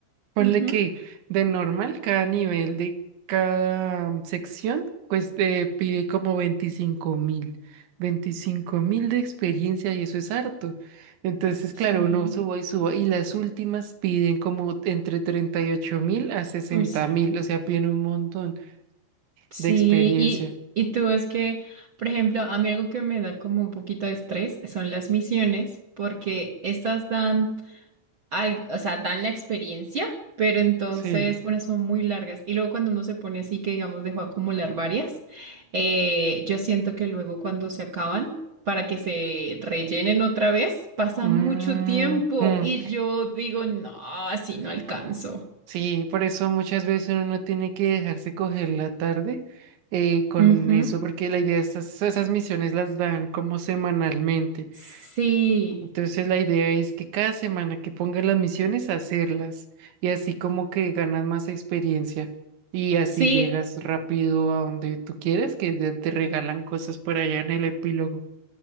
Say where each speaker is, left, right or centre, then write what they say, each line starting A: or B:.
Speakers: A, on the right (about 75°); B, on the right (about 35°).
A: Ponle
B: Ujú,
A: que de normal cada nivel de cada mm, sección, pues te pide como veinticinco mil. veinticinco mil de experiencia y eso es harto. Entonces,
B: Sí,
A: claro, uno subo y subo. Y las últimas piden como entre treinta y ocho mil a sesenta
B: uy, sí.
A: mil. O sea, piden un montón
B: Sí,
A: de experiencia.
B: y, y tú es que, por ejemplo, a mí algo que me da como un poquito de estrés son las misiones, porque estas dan al- o sea, dan la experiencia, pero entonces
A: Sí.
B: unas son muy largas. Y luego cuando uno se pone así que, digamos, dejó acumular varias, eh, yo siento que luego cuando se acaban, para que se rellenen otra vez, pasa
A: Mm,
B: mucho tiempo
A: mm.
B: y yo digo, no, así no alcanzo.
A: Sí, por eso muchas veces uno no tiene que dejarse coger la tarde eh, con
B: Ujú.
A: eso, porque la idea, esas, esas misiones las dan como semanalmente.
B: Sí,
A: Entonces la idea es que cada semana que pongan las misiones, hacerlas. Y así como que ganas más experiencia. Y así
B: sí.
A: llegas rápido a donde tú quieres, que te, te regalan cosas por allá en el epílogo.